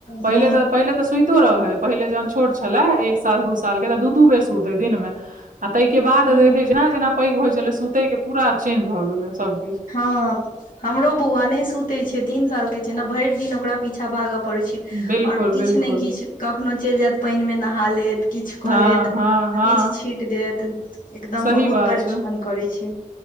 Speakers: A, on the right (about 80°); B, on the left (about 80°).
A: पहिले
B: ह
A: तऽ पहिले तऽ सुइतो रहे है पहिले जहन छोट छले एक साल दू साल ऽ दू दू बेर सुत हे दिन मे आ ताहि के बाद
B: ह
A: देखे
B: ह
A: छै ने जेना पैघ होइ छले सुते के पूरा चेंज भए गेले सब कििछु
B: हँ हमरो बौआ नहि सुते छै तीन साल के छै ने भरि दिन ओकरा प अचछा भागय पड़ै छै
A: बिलकुल
B: आओर किछु
A: बिलकुल
B: ने किछु कखनो चलि जायत पानि मे नहा लेत किछु कऽ
A: हँ
B: लेत
A: हँ हँ
B: किछु छीट देत एकदम
A: सही
B: बहुत
A: बात
B: परेशान
A: छै
B: करै छै